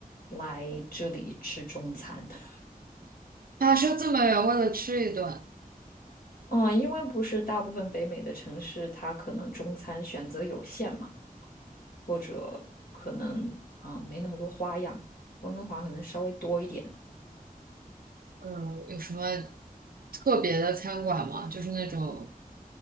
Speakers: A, on the left (about 85°); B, on the right (about 75°).
A: 来这里吃中餐。<laughs>
B: 跋涉这么远为了吃一顿，
A: 嗯，因为不是大部分北美的城市，它可能中餐选择有限嘛。或者可能啊、呃没那么多花样，温哥华可能稍微多一点。
B: 呃，有什么特别的餐馆吗？就是那种